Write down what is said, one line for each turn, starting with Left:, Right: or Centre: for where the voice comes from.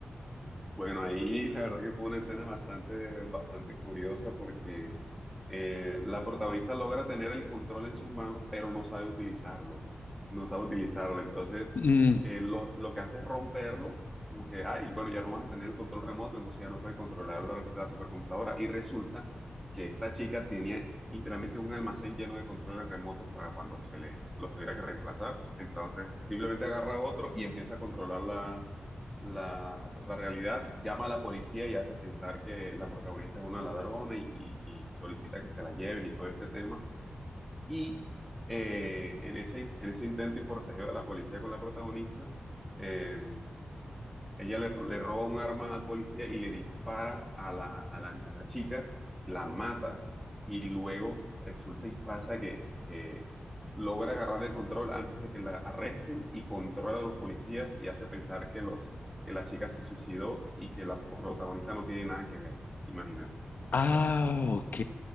Centre: Bueno, ahí la verdad que fue una escena bastante, bastante curiosa porque eh, la protagonista logra tener el control en sus manos, pero no sabe utilizarlo, no sabe utilizarlo. Entonces,
Left: Mm,
Centre: eh, lo, lo que hace es romperlo, como que, ay, bueno, ya no vas a tener el control remoto, entonces ya no puedes controlar la, la supercomputadora. Y resulta que esta chica tenía literalmente un almacén lleno de controles remotos para cuando se le los tuviera que reemplazar. Entonces, simplemente agarra otro y empieza a controlarla la, la realidad llama a la policía y hace pensar que la protagonista es una ladrona y, y- y solicita que se la lleven y todo este tema. Y eh, en ese, en ese intento y forcejeo de la policía con la protagonista, eh, ella le, le roba un arma al policía y le dispara a la, a la, a la chica, la mata y luego resulta y pasa que eh, logra agarrar el control antes de que la arresten y controla a los policías y hace pensar que, los, que la chica se suicidó y que la protagonista no tiene nada que ver. Imagínate.
Left: ah, ok.